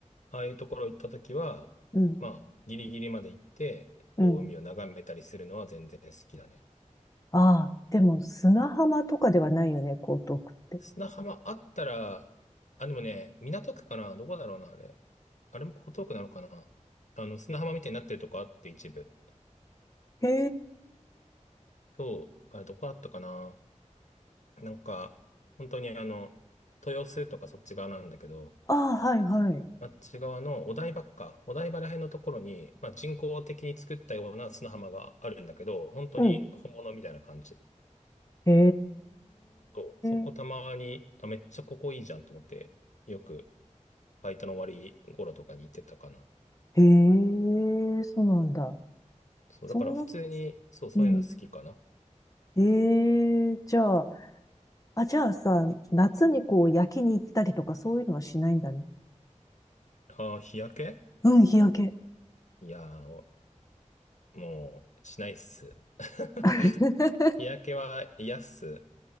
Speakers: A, on the left (about 70°); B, on the left (about 25°).
A: ああいうところ行ったときは、
B: うん。
A: まあ、ギリギリまで行って、こう、
B: うん。
A: 海を眺めたりするのは全然好きだね。
B: ああ、でも砂浜とかではないよね、江東区って。
A: 砂浜あったら、あ、でもね、港区かなどこだろうな、あれ。あれも江東区なのかなあの、砂浜みたいになってるとこあって、一部。
B: へえ。
A: そう、あれどこだったかななんか、本当にあの、豊洲とかそっち側なんだけど、
B: ああ、はいはい。
A: あっち側のお台場か、お台場ら辺のところに、まあ、人工的に作ったような砂浜があるんだけど、本当に本物みたいな感じ。
B: うん。へ
A: と、そこたまに、
B: え。
A: あ、めっちゃここいいじゃんと思って、よくバイトの終わり頃とかに行ってたかな。
B: へえ、そうなんだ。
A: そう、
B: そんな、
A: だから普通に、そう、そういうのは好きかな。
B: うん。ええ、じゃあ、あ、じゃあさ、夏にこう焼きに行ったりとかそういうのはしないんだね。
A: ああ、日焼け
B: うん、日焼け。
A: いやー、おもう、しないっす。<laughs>
B: <laughs>
A: 日焼けは嫌っす。